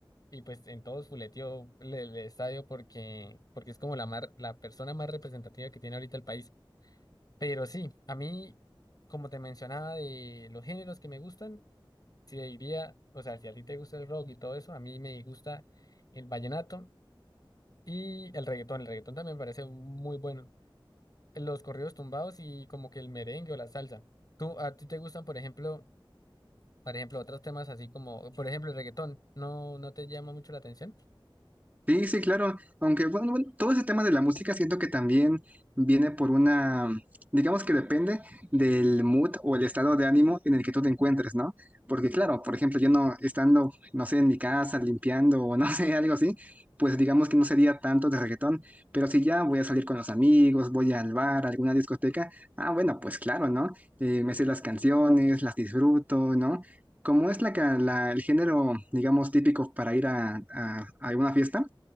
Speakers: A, on the left (about 45°); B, on the right (about 20°).
A: Y pues en todos fuleteó el, el estadio porque, porque es como la, mar- la persona más representativa que tiene ahorita el país. Pero sí, a mí, como te mencionaba, de los géneros que me gustan, si diría, o sea, si a ti te gusta el rock y todo eso, a mí me gusta el vallenato y el reggaetón. El reggaetón también me parece muy bueno. Los corridos tumbados y como que el merengue o la salsa. ¿Tú, a ti te gustan, por ejemplo? Por ejemplo, otros temas así como, por ejemplo, el reggaetón, ¿no, no te llama mucho la atención?
B: Sí, sí, claro. Aunque, bueno, bueno, todo ese tema de la música siento que también viene por una, digamos que depende del mood o el estado de ánimo en el que tú te encuentres, ¿no? Porque, claro, por ejemplo, yo no estando, no sé, en mi casa limpiando o no <laughs> sé, algo así, pues digamos que no sería tanto de reggaetón. Pero si ya voy a salir con los amigos, voy al bar, a alguna discoteca, ah, bueno, pues claro, ¿no? Eh, me sé las canciones, las disfruto, ¿no? Como es la, ca- la- el género, digamos, típico para ir a, a a una fiesta,